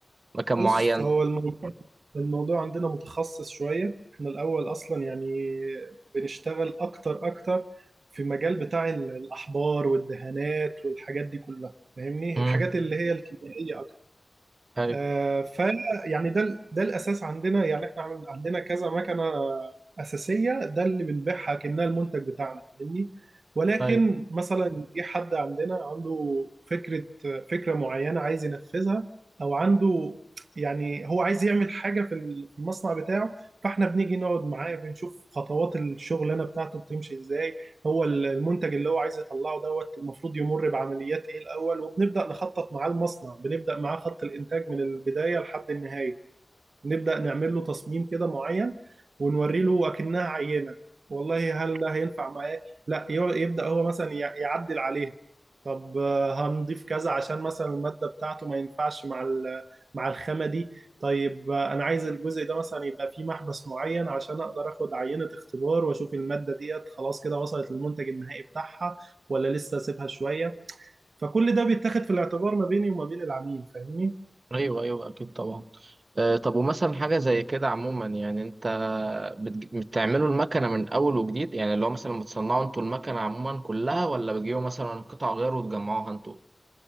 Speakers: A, on the right; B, on the right.
A: مكن معين
B: بص هو الموضوع الموضوع عندنا متخصص شوية احنا الأول أصلا يعني بنشتغل أكتر أكتر في مجال بتاع ال- الأحبار والدهانات والحاجات دي كلها فاهمني
A: امم
B: الحاجات اللي هي الكيميائية
A: ايوه
B: آه، ف يعني ده ال- ده الاساس عندنا يعني احنا عمل- عندنا كذا مكنه اساسيه ده اللي بنبيعها كانها المنتج بتاعنا فاهمني ولكن
A: ايوه
B: مثلا جه حد عندنا عنده فكره فكره معينه عايز ينفذها او عنده يعني هو عايز يعمل حاجه في ال- في المصنع بتاعه فاحنا بنيجي نقعد معاه بنشوف خطوات الشغلانه بتاعته بتمشي ازاي هو المنتج اللي هو عايز يطلعه دوت المفروض يمر بعمليات ايه الاول وبنبدا نخطط معاه المصنع بنبدا معاه خط الانتاج من البدايه لحد النهايه نبدأ نعمل له تصميم كده معين ونوري له أكنها عينة والله هل ده هينفع معاه لا ي- يبدأ هو مثلا يع- يعدل عليها طب آه، هنضيف كذا عشان مثلا المادة بتاعته ما ينفعش مع ال- مع الخامة دي طيب آه، أنا عايز الجزء ده مثلا يبقى فيه محبس معين عشان أقدر أخد عينة اختبار وأشوف المادة ديت خلاص كده وصلت للمنتج النهائي بتاعها ولا لسه أسيبها شوية فكل ده بيتاخد في الاعتبار ما بيني وما بين العميل فاهمني؟
A: ايوه ايوه اكيد طبعا آه طب ومثلا حاجه زي كده عموما يعني انت بتج- بتعملوا المكنه من اول وجديد يعني اللي هو مثلا بتصنعوا انتوا المكنه عموما كلها ولا بتجيبوا مثلا قطع غيار وتجمعوها انتوا